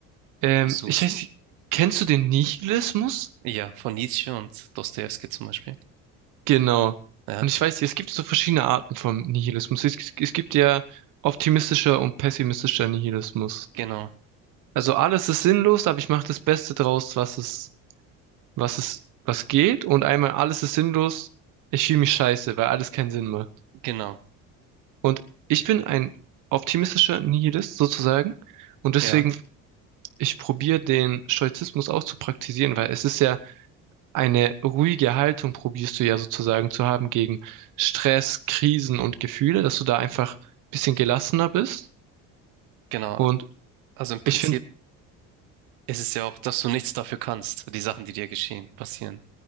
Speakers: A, on the right; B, on the right.
A: Ähm,
B: versuchst.
A: ich weiß, kennst du den Nihilismus?
B: Ja, von Nietzsche und Dostojewski zum Beispiel.
A: Genau.
B: Ja,
A: Und ich weiß, es gibt so verschiedene Arten vom Nihilismus. Es, es gibt ja optimistischer und pessimistischer Nihilismus.
B: genau,
A: Also alles ist sinnlos, aber ich mache das Beste draus, was es, was es, was geht. Und einmal alles ist sinnlos, ich fühle mich scheiße, weil alles keinen Sinn macht.
B: genau,
A: Und ich bin ein optimistischer Nihilist sozusagen. Und deswegen,
B: ja,
A: ich probiere den Stoizismus auch zu praktizieren, weil es ist ja eine ruhige Haltung, probierst du ja sozusagen zu haben gegen Stress, Krisen und Gefühle, dass du da einfach ein bisschen gelassener bist.
B: genau.
A: Und
B: Also im Prinzip.
A: ich finde,
B: Es ist ja auch, dass du nichts dafür kannst, die Sachen, die dir geschehen, passieren.